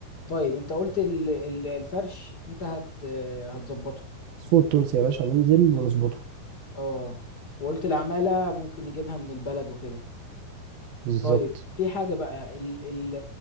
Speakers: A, on the left; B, on the right.
A: طيب انت قلت ال- ال- الفرش انت هت هتظبطه
B: السوق التونسي
A: و-
B: يا باشا ننزل ونظبطه
A: اه وقلت العمالة ممكن نجيبها من البلد وكده
B: بالظبط
A: طيب في حاجة بقى ال ال